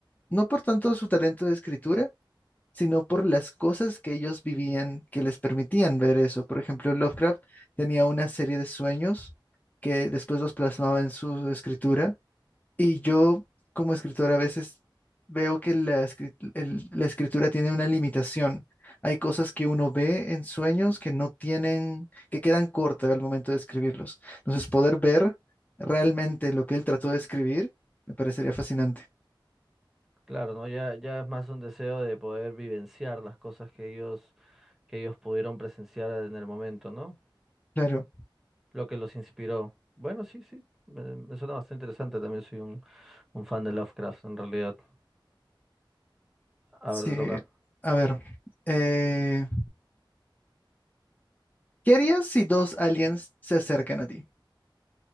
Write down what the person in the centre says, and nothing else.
Claro, ¿no? Ya, ya es más un deseo de poder vivenciar las cosas que ellos, que ellos pudieron presenciar en el momento, ¿no?
Lo que los inspiró. Bueno, sí, sí. Me, me suena bastante interesante. También soy un, un fan de Lovecraft, en realidad. A
ver, te toca.